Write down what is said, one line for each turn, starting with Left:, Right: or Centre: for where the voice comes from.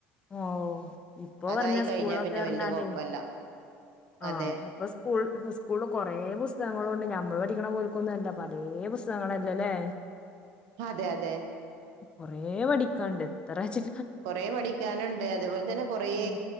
Left: ഓ ഇപ്പൊ
Right: അതായി
Left: പറഞ്ഞ
Right: കഴിഞ്ഞാൽ
Left: സ്കൂളൊക്കെ
Right: പിന്നെ
Left: പറഞ്ഞാലേ
Right: വല്യ കുഴപ്പല്ല
Left: ആ
Right: അതെ
Left: ഇപ്പൊ സ്കൂൾ സ്കൂള് കൊറെ പുസ്തകങ്ങളണ്ട് നമ്മൾ പഠിക്കണ പോലക്കൊന്നുംല്ല പലേ പുസ്തകങ്ങളല്ലേല്ലേ
Right: അതെ അതെ
Left: കൊറേ പഠിക്കാണ്ട് എത്രാച്ച്
Right: കൊറേ പഠിക്കാനുണ്ട് അതുപോലെ തന്നെ കൊറെ
Left: ഉം